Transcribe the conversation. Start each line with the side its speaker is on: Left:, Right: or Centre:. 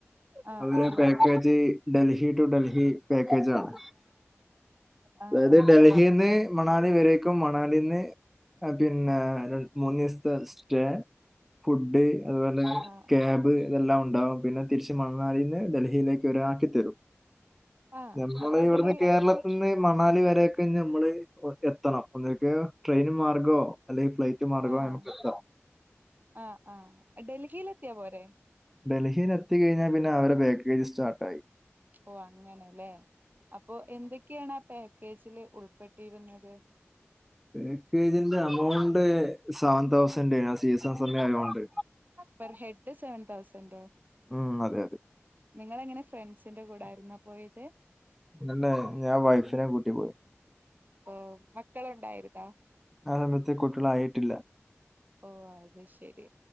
Right: ആഹ്
Centre: അവരെ
Right: ആഹ്
Centre: പേ ക്കേജ് ഡൽഹി ട്ടു ഡൽഹി പാക്കേജാണ്
Right: ആഹ്
Centre: അതായത്
Right: ആഹ്
Centre: ഡൽഹീന്ന് മണാലി വരേക്കും മണാലീന്ന് ആഹ് പിന്നേ രണ്ട്മൂന്നീസ്തെ സ്റ്റെ ഫുഡ്ഡ് അത്പോലെ
Right: ആഹ് ആഹ്
Centre: ക്യാബ് ഇതെല്ലാം ഉണ്ടാവും. പിന്നെ തിരിച്ച് മണ്ണാലീന്ന് ഡൽഹീലേക്ക് ഒലാക്കിത്തരും
Right: ആഹ്
Centre: ഞമ്മളെ
Right: അപ്പൊ അതില്
Centre: ഇവിടുന്ന് കേരള ത്ത്ന്ന് മണാലി വരേക്ക് ഞമ്മള് എത്തണം. ഒന്നുകി ട്രൈയിന് മാർഗൊ അല്ലെങ്കി ഫ്ലൈ റ്റ് മാർഗായാലും
Right: ആഹ്
Centre: ഞമ്മക്ക് എത്താ
Right: ആഹ് ആഹ് ഡൽഹിലെത്തിയാ പോരെ
Centre: ഡൽഹീല് എത്തികഴിഞ്ഞാ പിന്നെ അവരെ പാക്കേജ് സ്റ്റാർട്ടായി
Right: ഓഹ് അങ്ങനെലേ അപ്പൊ എന്തെക്കേണ് ആഹ് പാക്കേജില് ഉൾപ്പെട്ടിരുന്നത്
Centre: ഏക്കേജിന്റെ അമൗണ്ട് സാൻ തൗസന്റേയാണ് സീസൺ സമയം ആയോണ്ട്
Right: പെർ ഹെഡ്ഡ് സെവൻ തൗസന്റൊ
Centre: ഉം അതെ അതെ
Right: നിങ്ങളെ എങ്ങനെ ഫ്രൺസിന്റെ കൂടാര്ന്നൊ പോയത്
Centre: ഇന്നെന്നെ ഞാൻ വൈഫിനേം കൂട്ട്യാ പോയ്
Right: ഓഹ് മക്കള്ണ്ടായിരുന്നോ
Centre: ആഹ് സമയത്ത് കുട്ടീളായിട്ടില്ല
Right: ഓഹ് അത് ശരി